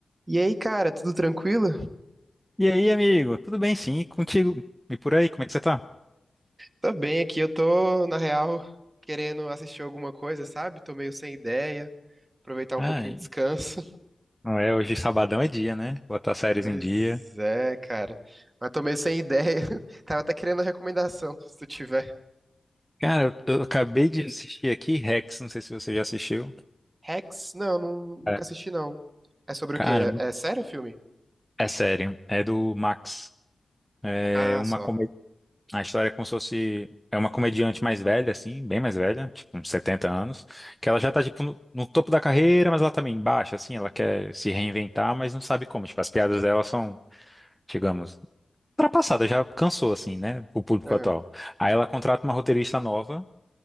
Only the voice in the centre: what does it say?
E aí, amigo? Tudo bem, sim? E Contigo? E por aí, como é que você tá?
Ai,
não é, hoje sabadão é dia, né? Botar séries
em dia.
Cara, eu, eu acabei de assistir aqui Rex, não sei se você já assistiu.
É.
Cara,
muito-
é sério, é do Max. É
uma
comédia. A história é como se fosse. É uma comediante mais velha, assim, bem mais velha, tipo uns 70 anos, que ela já tá, tipo, no, no topo da carreira, mas ela também baixa, assim, ela quer se reinventar, mas não sabe como. Tipo, as piadas dela são, digamos. ultrapassada, já cansou, assim, né? O público
atual. Aí ela contrata uma roteirista nova,